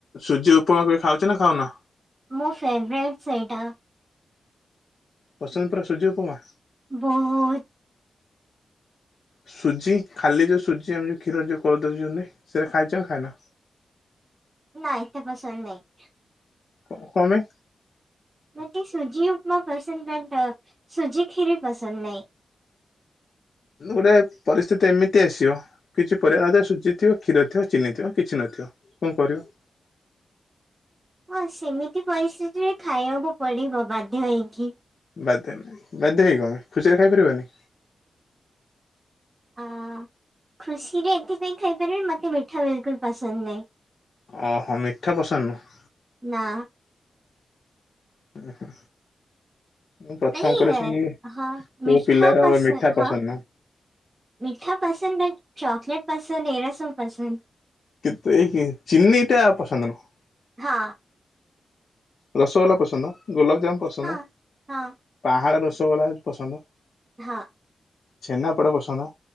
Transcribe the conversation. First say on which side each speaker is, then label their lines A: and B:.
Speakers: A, on the left (about 55°); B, on the right (about 20°).
A: ସୁଜି ଉପମା କେବେ ଖାଉଛ ନା ଖାଉନ?
B: ମୋ ଫେଭରାଇଟ୍ ସେଇଟା।
A: ପସନ୍ଦ ପୁରା ସୂଜିଉପମା।
B: ବୋହୁତ।
A: ସୁଜି ଖାଲି ଯୋଉ ସୁଜି ଆମେ ଯଉ କ୍ଷୀର ରେ ଯଉ କରିଦଉଛନ୍ତି ସେରା ଖାଇଚ ନା ଖାଇନ?
B: ନା ଏତେ ପସନ୍ଦ ନାଇଁ।
A: କ କମାଇ?
B: ମତେ ସୁଜି ଉପମା ପସନ୍ଦ ବଟ ଶୁଜି ଖିରି ପସନ୍ଦ ନାଇଁ।
A: ଏରା ପରିସ୍ଥିତି ଏମିତି ଆସିବ। କିଛି ପରିଆ ନଥିବ ସୁଜି ଥିବ କ୍ଷୀର ଥିବ ଚିନି ଥିବ କିଛି ନଥିବ କଁ କରିବ?
B: ହଁ ସେମିତି ପରିସ୍ଥିତିରେ ଖାଇବାକୁ ପଡିବ ବାଧ୍ୟ ହେଇକି।
A: ବାଧ୍ୟ ନାଇଁ, ବାଧ୍ୟ ହେଇକି କ ପାଇଁ ଖୁସିରେ ଖାଇପାରିବନି।
B: ଆ ଖୁସିରେ ଏଥିପାଇଁ ଖାଇପାରିବି ମତେ ମିଠା ବିଲକୁଲ ପସନ୍ଦ ନାଇଁ।
A: ଅ ହ ମିଠା ପସନ୍ଦ ନୁହ।
B: ନା।
A: ଉଁ ହୁଁ। ମୁଁ ପ୍ରଥମ
B: ମାନେ
A: କରି ଶୁଣିଲି
B: ହଁ
A: କୋଉ
B: ମିଠା
A: ପିଲାର ମିଠା
B: ହଁ
A: ପସନ୍ଦ ନୁହ।
B: ମିଠା ପସନ୍ଦ ନା କି ଚକଲେଟ ପସନ୍ଦ ଏରା ସବୁ ପସନ୍ଦ।
A: କିନ୍ତୁ ଏଇ କି ଚିନି ଟା ପସନ୍ଦ ନୁହଁ।
B: ହଁ।
A: ରସଗୋଲା ପସନ୍ଦ, ଗୋଲାପଜାମୁ ପସନ୍ଦ,
B: ହଁ ହଁ
A: ପାହାଳ ରସଗୋଲା ପସନ୍ଦ।
B: ହଁ।
A: ଛେନାପୋଡ଼ ପସନ୍ଦ।